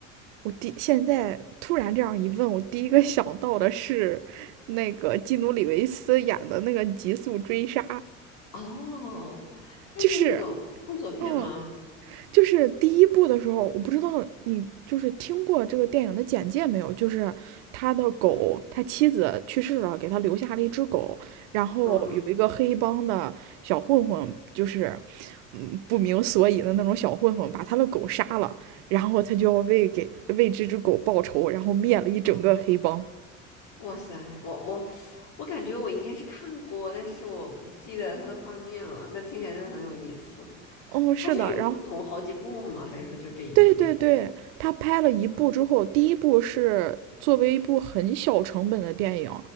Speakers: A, on the right (about 60°); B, on the left (about 50°).
A: 我第现在突然这样一问，我第一个想到的是那个基努里维斯演的那个《极速追杀》，
B: 哦，它是那种动作片吗？
A: 就是嗯，就是第一部的时候，我不知道你就是听过这个电影的简介没有？就是他的狗，
B: 嗯
A: 他妻子去世了，给他留下了一只狗，然后有一个黑帮的小混混，
B: 嗯嗯，
A: 就是嗯不明所以的那种小混混，把他的狗杀了，然后他就要为给为这只狗报仇，然后灭了一整个黑帮。
B: 哦，哇塞，我我我感觉我应该是看过，但是我不记得它的画面了，但听起来真的很有意思。
A: 哦，是的，
B: 它是有不同好几部吗？
A: 然后
B: 还是说就这一部？
A: 对对对，他拍了一部之后，第一部是作为一部很小成本的电影，